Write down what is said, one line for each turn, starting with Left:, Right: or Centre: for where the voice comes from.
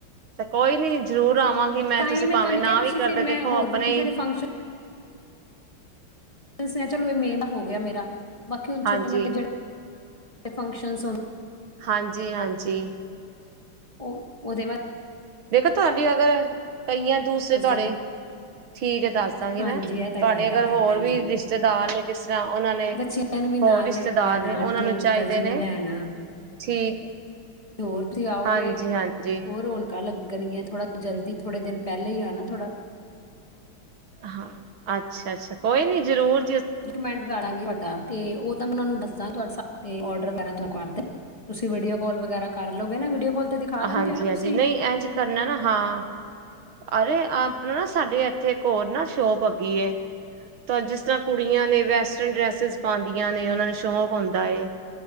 Right: ਤੇ ਕੋਈ ਨੀ ਜਰੂਰ ਆਵਾਂਗੀ। ਮੈਂ
Left: ਤਾਂ
Right: ਤੁਸੀਂ
Left: ਹੀ
Right: ਭਾਵੇਂ
Left: ਤੁਹਾਨੂੰ
Right: ਨਾ
Left: ਕਿਹਾ ਤੁਸੀਂ
Right: ਵੀ ਕਰਦੇ
Left: ਫਿਰ
Right: ਦੇਖੋ
Left: ਮੈਂ ਹੋਰ
Right: ਆਪਣੇ
Left: ਵੀ ਜਿਹੜੇ
Right: ਹੀ
Left: ਫੰਕਸ਼ਨ ਸੁ ਚਲੋ। ਇਹ ਮੇਨ ਦਾ ਹੋ ਗਿਆ ਮੇਰਾ ਬਾਕੀ ਹੁਣ
Right: ਹਾਂਜੀ
Left: ਛੋਟੇ- ਮੋਟੇ ਜਿਹੜੇ ਫੰਕਸ਼ਨ ਹੁੰ
Right: ਹਾਂਜੀ -ਹਾਂਜੀ।
Left: ਉਹ ਉਹਦੇ ਬਾਅਦ
Right: ਦੇਖੋ, ਤੁਹਾਡੀ ਅਗਰ ਕਈਆਂ ਦੂਸਰੇ ਤੁਹਾਡੇ,
Left: ਦੇਣਾ
Right: ਠੀਕ ਹੈ। ਦੱਸ ਦਾਂਗੀ
Left: ਹਾਂਜੀ
Right: ਮੈਂ ਤੁਹਾਡੇ
Left: ਇਹ ਤਾਂ ਗੱਲ ਹੈ
Right: ਅਗਰ ਹੋਰ
Left: ਭੈਣ
Right: ਵੀ
Left: ਜੀ
Right: ਰਿਸ਼ਤੇਦਾਰ ਨੇ ਜਿਸ ਤਰ੍ਹਾਂ ਉਹਨਾਂ ਨੇ
Left: ਬੱਚਿਆਂ ਨੂੰ ਵੀ ਨਾਲ
Right: ਹੋਰ ਰਿਸ਼ਤੇਦਾਰ
Left: ਲੈ ਕੇ ਆਣਾ
Right: ਨੇ ਉਹਨਾਂ
Left: ਆਂਟੀ
Right: ਨੂੰ
Left: ਅੰਕਲ
Right: ਚਾਹੀਦੇ
Left: ਜੀ
Right: ਨੇ
Left: ਨੂੰ ਲੈਣਾ
Right: ਠੀਕ
Left: ਹੋਰ ਤੁਸੀਂ ਆਓਗੇ।
Right: ਹਾਂਜੀ-ਹਾਂਜੀ
Left: ਹੋਰ ਰੋਣਕਾ ਲੱਗੇ ਲੱਗਣਗੀਆਂ ਥੋੜ੍ਹਾ ਜਲਦੀ ਥੋੜੇ ਦਿਨ ਪਹਿਲੇ ਆਣਾ ਥੋੜ੍ਹਾ
Right: ਹਾਂ। ਅੱਛਾ -ਅੱਛਾ ਕੋਈ ਨੀ ਜਰੂਰ
Left: ਮੈਂਡ ਕਰਾਂਗੇ ਤੁਹਾਡਾ ਤੇ ਉਹ ਤਾਂ ਮੈਂ ਉਹਨਾਂ ਨੂੰ ਦ ਔਡਰ ਵਗੈਰਾ ਕਰ ਤੁਸੀਂ ਵੀਡੀਓ ਕਾਲ ਵਗੈਰਾ ਕਰਲੋਗੇ ਨਾ ਵੀਡੀਓ ਕਾਲ ਤੇ ਦਿਖਾ ਦਿੰਦੇ
Right: ਹਾਂਜੀ
Left: ਹੋ ਨਾ ਤੁਸੀਂ
Right: ਹਾਂਜੀ ਨਹੀਂ ਐਂ ਜ ਕਰਨਾ ਨਾ ਹਾਂ ਅਰੇ ਆਪਣਾ ਨਾ ਸਾਡੇ ਇਥੇ ਇਕ ਹੋਰ ਨਾ ਸ਼ੋਪ ਹੈਗੀ ਐ ਤੇ ਜਿਸ ਤਰ੍ਹਾਂ ਕੁੜੀਆਂ ਨੇ ਵੇਸਟਰਨ ਡ੍ਰੈਸਜ਼ ਪਾਾਂਦੀਆਂ ਨੇ ਓਨਾ ਨੂੰ ਸ਼ੋਕ ਹੁੰਦਾ ਏ।